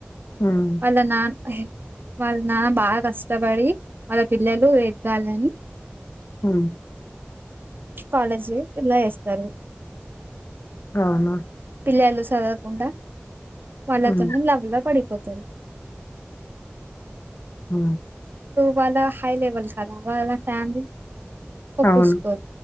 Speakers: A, on the left; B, on the right.
A: హ్మ్
B: వాళ్ల నాన్న వాళ్ళ నాన్న బాగా కష్టపడి వాళ్ళ పిల్లలు ఎదగాలని
A: ఆ
B: కాలేజి ఎట్ల వేస్తారు
A: అవును.
B: పిల్లలు చదవకుండా వాళ్ళతోనే
A: హ్మ్
B: లవ్ లో పడిపోతు సరి
A: హ
B: వాళ్ళ హై లెవెల్స్ కదా వాళ్ళ ఫ్యామిలీ పప్పసుకో
A: అవును.